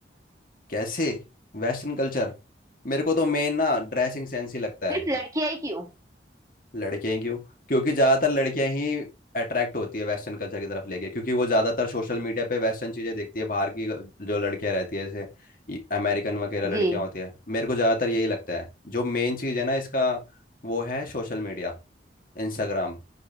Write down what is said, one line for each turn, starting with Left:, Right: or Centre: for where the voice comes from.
Left: कैसे वेस्टर्न कल्चर मेरे को तो मेन ना ड्रेसिंग सेंस ही लगता
Right: सिर्फ
Left: है
Right: लड़कियां ही क्यों
Left: लड़कियां ही क्यों क्योंकि ज़्यादातर लड़कियां ही अट्रैक्ट होती है वेस्टर्न कल्चर की तरफ लेके क्योंकि वो ज़्यादातर सोशल मीडिया पे वेस्टर्न चीज़ें देखती है बाहर की जो लड़कियां रहती है जैसे अमेरिकन वगैरह लड़कियां
Right: जी
Left: होती है मेरे को ज़्यादातर यही लगता है जो मेन चीज़ है ना इसका वो है सोशल मीडिया इंस्टाग्राम